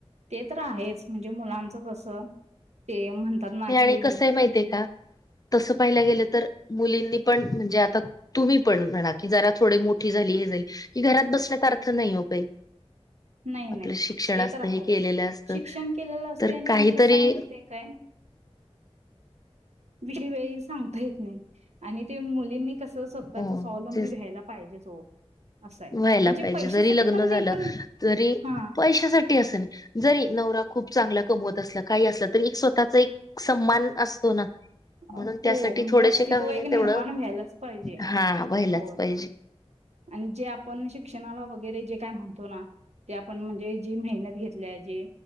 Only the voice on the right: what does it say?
ते तर आहेच म्हणजे मुलांचं कसं ते म्हणतात ना
की
नाही नाही,
ते
तर आहेच.
शिक्षण केलेलं असतय
आणि
कसंय माहितेय काय? वेळ येईल सांगता येत नाही, आणि ते मुलींनी कसं स्वतःच
स्वावलंबी व्हायला पाहिजेच ओ. असं आहे.
म्हणजे
पैशासाठी
पण
नाही पण
हा
हो
म्हणजे
अस्तित्व
एक निर्माण
व्हायलाच पाहिजे
होय.
आणि जे आपण शिक्षणाला वगैरे जे काय म्हणतो ना. ते आपण म्हणजे जी मेहनत घेतल्या जे